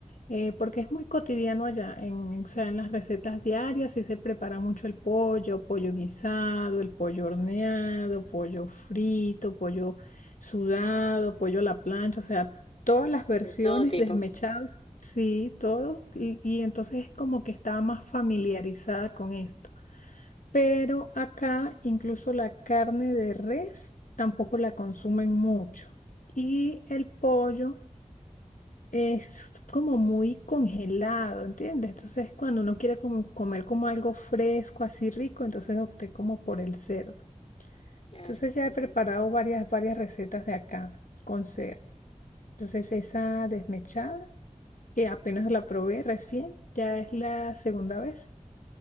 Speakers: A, on the left (about 75°); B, on the left (about 50°).
A: eh, porque es muy cotidiano allá. En, o sea, en las recetas diarias sí se prepara mucho el pollo, pollo guisado, el pollo horneado, pollo frito, pollo sudado, pollo a la plancha. O sea, todas las versiones
B: de todo tipo.
A: desmechadas, sí, todo. y y entonces es como que estaba más familiarizada con esto pero acá incluso la carne de res tampoco la consumen mucho. Y el pollo es como muy congelado, ¿entiendes? Entonces, cuando uno quiere como comer como algo fresco, así rico, entonces opté como por el cerdo.
B: Claro.
A: Entonces ya
B: ujú.
A: he preparado varias, varias recetas de acá con cerdo. Entonces esa desmechada, que apenas la probé recién, ya es la segunda vez.